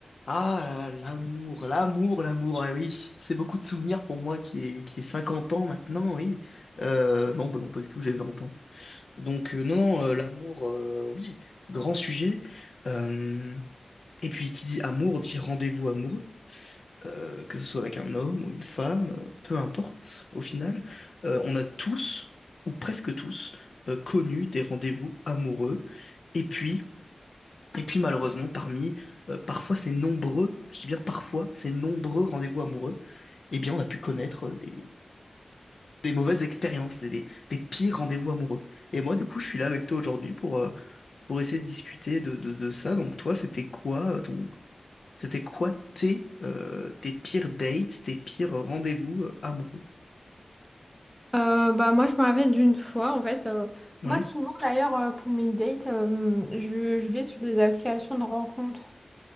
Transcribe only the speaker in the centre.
Euh, bah moi je me rappelle d'une fois en fait euh,
moi souvent d'ailleurs euh, pour mes dates euh, je, je vais sur des applications de rencontres